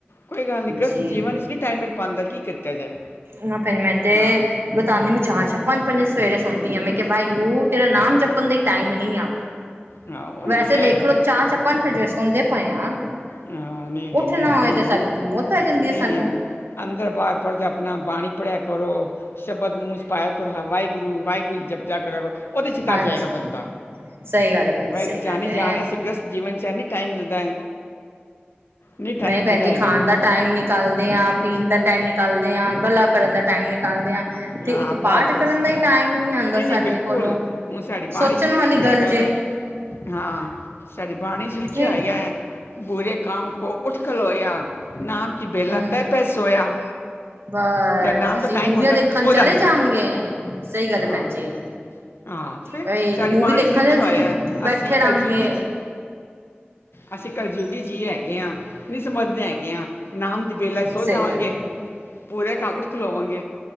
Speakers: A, on the left (about 75°); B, on the right (about 75°).
A: ਕੋਈ ਗੱਲ ਨਹੀਂ ਗ੍ਰਸਤ
B: ਜੀ,
A: ਜੀਵਨ ਇਸ ਨਹੀਂ ਟਾਈਮ ਮਿਲ ਪਾਉਂਦਾ ਕੀ ਕੀਤਾ ਜਾਏ
B: ਨਾ ਫਿਰ ਮੈਂ ਤੇ
A: ਹਾਂ
B: ਬਤਾਉਂਦੀ, ਮੈਂ ਚਾਰ -ਚਾਰ, ਪੰਜ- ਪੰਜ ਸਵੇਰੇ ਸੁਣਦੀ ਆ ਮੈਂ ਕਿਹਾ ਵਾਹਿਗੁਰੂ ਤੇਰਾ ਨਾਮ ਜਪਣ ਦਾ ਟਾਈਮ ਨੀ ਆ
A: ਹਾਂ ਉਹ
B: ਵੈਸੇ
A: ਇੱਥੇ
B: ਦੇਖਲੋ
A: ਹਾਂ
B: ਚਾਹ ਚੱਪਣ ਭਜਨ ਸੁਣਦੇ ਪਏ ਆ
A: ਨਾਂਹ, ਨਹੀਂ- ਨਹੀਂ-
B: ਉੱਠ
A: ਨਹੀਂ
B: ਨਾ
A: -ਨਹੀਂ
B: ਹੋਏ ਤੇ
A: ਜ਼ਰੂਰ
B: ਸਾਡੀ ਮੌਤ ਪੈ ਜਾਂਦੀ
A: ਨਹੀਂ
B: ਹੈ ਸਾਨੂੰ
A: -ਨਹੀਂ ਅੰਦਰ ਬਾਹਰ ਪੜਦਿਆਂ ਆਪਣਾ ਬਾਣੀ ਪੜ੍ਹਿਆ ਕਰੋ ਸ਼ਬਦ ਮੂੰਹ 'ਚ ਪਾਇਆ ਕਰੋ ਵਾਹਿਗੁਰੂ ਵਾਹਿਗੁਰੂ ਜਬ ਜਾ ਕਰੋ ਉਹਦੇ 'ਚ ਤਰ
B: ਹਾਂਜੀ
A: ਜਾਏਗਾ ਬੰਦਾ
B: ਸਹੀ ਗੱਲ ਭੈਣ
A: ਵਾਹਿਗੁਰੂ
B: ਜੀ ਸਹੀ
A: ਜਾਨੀ
B: ਗੱਲ ਹੈ
A: ਜਾਨ ਅਸੀਂ ਗ੍ਰਸਤ ਜੀਵਨ 'ਚ ਨੀ ਟਾਈਮ ਮਿਲਦਾ ਨਹੀਂ ਟਾਈਮ
B: ਭੈਣ
A: ਮਿਲਦਾ
B: ਜੀ
A: ਹੈਗਾ
B: ਖਾਣ ਦਾ ਟਾਈਮ ਨਿਕਾਲਦੇ ਹਾਂ ਪੀਣ ਦਾ ਟਾਈਮ ਨਿਕਾਲਦੇ ਹਾਂ ਗੱਲਾਂ ਕਰਨ ਦਾ ਟਾਈਮ ਨਿਕਾਲਦੇ ਹਾਂ ਤੇ
A: ਆਹ
B: ਇੱਕ ਪਾਠ
A: ਬਾਹਰ ਬਸ,
B: ਕਰਨ ਦਾ ਹੀ ਟਾਈਮ ਆਉਂਦਾ
A: ਨਹੀਂ-
B: ਸਾਡੇ
A: ਨਹੀਂ ਬਿਲਕੁਲ
B: ਕੋਲੋਂ
A: ਹੁਣ ਸਾਡੀ ਬਾਣੀ
B: ਸੋਚਣ
A: 'ਚ ਨਹੀਂ
B: ਵਾਲੀ
A: ਲਿਖਿਆ
B: ਗੱਲ
A: ਹੈਗਾ
B: ਜੇ
A: ਵੇ ਹਾਂ ਸਾਡੀ ਬਾਣੀ 'ਚ ਲਿਖਿਆ
B: ਫਿਰ
A: ਹੋਇਆ ਹੈ, ਬੁਰੇ ਕਾਮ ਕੋ ਉੱਠ ਖਲੋਇਆ ਨਾਮ ਕੀ ਬੇਲਾ,
B: ਹਮ
A: ਪੈ- ਪੈ ਸੋਇਆ
B: ਬਸ,
A: ਜਦ ਨਾਮ
B: ਅਸੀਂ
A: ਦਾ ਟਾਈਮ
B: ਮੂਵੀਆਂ
A: ਹੁੰਦਾ
B: ਦੇਖਣ
A: ਸੋ ਜਾਂਦੇ
B: ਚਲੇ ਜਾਵਾਂਗੇ,
A: ਆ
B: ਸਹੀ ਗੱਲ ਹੈ
A: ਹਾਂ
B: ਭੈਣ ਜੀ
A: ਹਾਂ ਫਿਰ,
B: ਬਈ
A: ਸਾਡੀ
B: ਮੂਵੀ
A: ਬਾਣੀ
B: ਦੇਖਣ
A: 'ਚ ਲਿਖਿਆ
B: ਅਸੀਂ
A: ਹੋਇਆ
B: ਬੈਠੇ
A: ਅੱਸੀ
B: ਰਹਾਂਗੇ
A: ਕਲਯੁਗੀ ਜੀ ਅਸੀਂ ਕਲਯੁਗੀ ਜੀ ਹੈਗੇ ਆਂ, ਨਹੀਂ ਸਮਝਦੇ ਹੈਗੇ ਆਂ, ਨਾਮ ਦੀ ਬੇਲਾ ਸੋ
B: ਸਹੀ
A: ਜਾਵਾਂਗੇ
B: ਗੱਲ
A: ਪੂਰੇ ਕੰਮ ਉੱਠ ਖਲੋਵਾਂਗੇ